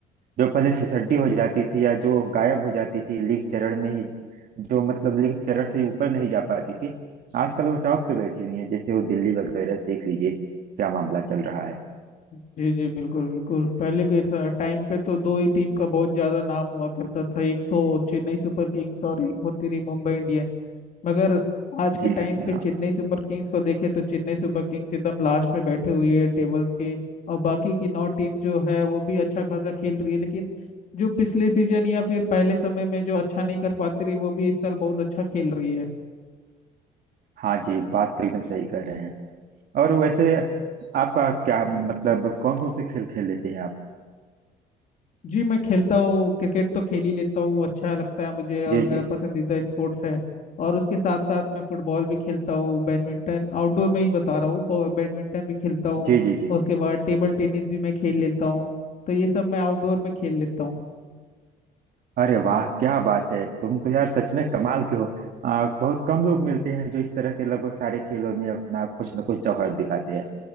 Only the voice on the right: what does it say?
जो पहले फिसड्डी हो जाती थी या जो गायब हो जाती थी लीग चरण में ही जो मतलब लीग चरण से ही ऊपर नहीं जा पाती थी आजकल वो टॉप पे बैठी हुई है जैसे वो दिल्ली वगैरह देख लीजिए क्या मामला चल रहा है
जी
हाँ जी
हाँ
हाँ जी बात तो एकदम सही कह रहे हैं और वैसे आपका क्या मतलब कौन कौन से खेल खेल लेते हैं आप
जी
जी
जी जी जी
अरे वाह क्या बात है तुम तो यार सच में कमाल के हो आ, बहुत कम लोग मिलते हैं जो इस तरह के लगभग सारे खेलों में अपना कुछ न कुछ जौहर दिखाते हैं